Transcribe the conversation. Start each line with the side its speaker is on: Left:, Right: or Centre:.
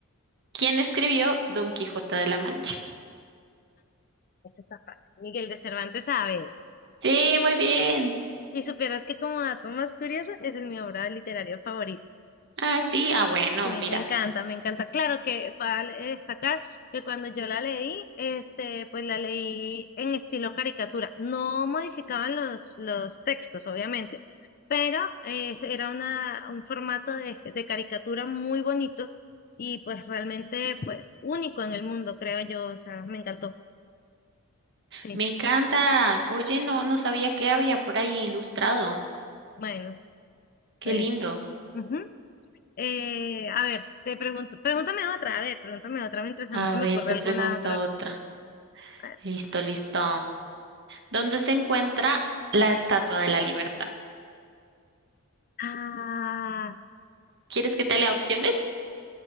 Right: ¿Quién escribió Don Quijote de la Mancha?
Left: Esa está fácil. Miguel de Cervantes Saavedra.
Right: Sí, muy bien.
Left: Y supieras que como dato más curioso, esa es mi obra literaria favorita.
Right: Ah, sí. Ah, bueno,
Left: Sí,
Right: mira.
Left: me encanta, me encanta. Claro que vale destacar que cuando yo la leí, este, pues la leí en estilo caricatura. No modificaban los, los textos, obviamente, pero eh, era una, un formato de, de caricatura muy bonito y pues realmente pues único en el mundo, creo yo. O sea, me encantó. Sí,
Right: Me encanta. Oye, no, no sabía que había por ahí ilustrado.
Left: bueno,
Right: Qué
Left: pues...
Right: lindo.
Left: ujú. Eh, a ver, te pregunto, pregúntame otra, a ver, pregúntame otra mientras a
Right: A
Left: mí se me
Right: ver,
Left: ocurre
Right: te
Left: alguna
Right: pregunto
Left: otra.
Right: otra.
Left: A ver.
Right: Listo, listo. ¿Dónde se encuentra la Estatua de la Libertad?
Left: Ah,
Right: ¿Quieres que te lea opciones?